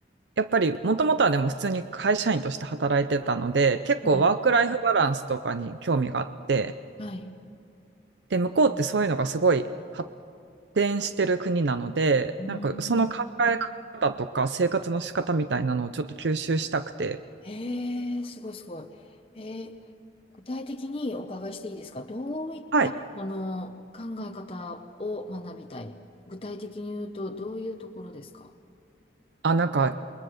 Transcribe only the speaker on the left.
はい。はい。
うん。
へえ、すごいすごい。えー具体的にお伺いしていいですかどういった、
あの、考え方を学びたい具体的に言うと、どういうところですか